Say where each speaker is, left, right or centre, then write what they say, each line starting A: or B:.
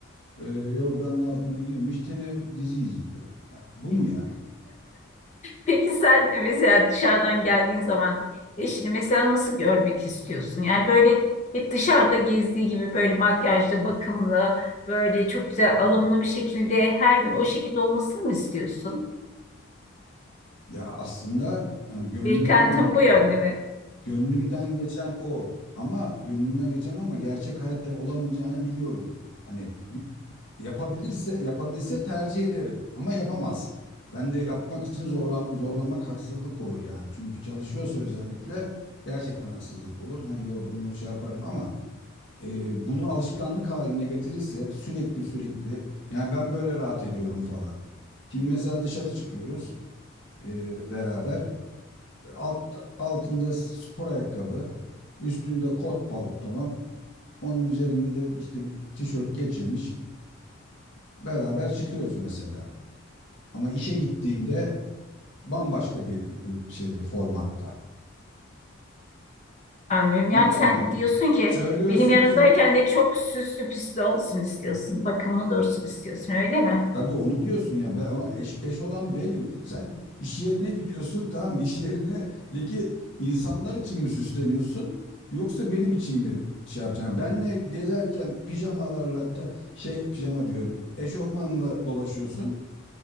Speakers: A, on the left (about 55°); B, on the left (about 35°).
A: e, yorganın altına girmiş, tele, dizi izliyor. Ya bu mu ya?
B: Peki sen mesela dışarıdan geldiğin zaman eşini mesela nasıl görmek istiyorsun? Yani böyle hep dışarıda gezdiği gibi böyle makyajlı, bakımlı, böyle çok güzel alımlı bir şekilde her gün o şekilde olmasını mı istiyorsun?
A: Ya aslında yani gönlümden
B: Beklentin
A: geçti.
B: bu yönde mi?
A: Gönlümden geçen o. Ama gönlümden geçen o ama gerçek hayatta olamayacağını biliyorum. Hani gü- yapabilirse yapabilse tercih ederim ama yapamaz. Ben de yapmak için zorla, zorlamak haksızlık olur yani. Çünkü çalışıyorsa özellikle gerçekten haksızlık olur. Hani yorgunluğu şey yaparım ama e, bunu alışkanlık haline getirirse sürekli sürekli yani ben böyle rahat ediyorum falan. Şimdi mesela dışarı çıkıyoruz e, beraber. Alt, altında spor ayakkabı, üstünde kot pantolon, onun üzerinde de işte bir tişört geçirmiş. Beraber çıkıyoruz mesela. Ama işe gittiğinde bambaşka bir e, şeyde formatta.
B: Anlıyorum.
A: Anladın
B: Yani sen
A: mı?
B: diyorsun ki
A: Söylüyorsun,
B: benim yanımdayken
A: sö-
B: de çok süslü püslü olsun istiyorsun. Bakımlı dursun istiyorsun öyle mi?
A: Tabii onu diyorsun ya. Ben, ama eş, eş olan benim. Sen iş yerine gidiyorsun tamam mı? İş yerindeki insanlar için mi süsleniyorsun? Yoksa benim için mi şey yapacaksın? Yani Benle gezerken pijamalarla te- şey pijama diyorum. Eşofmanla dolaşıyorsun.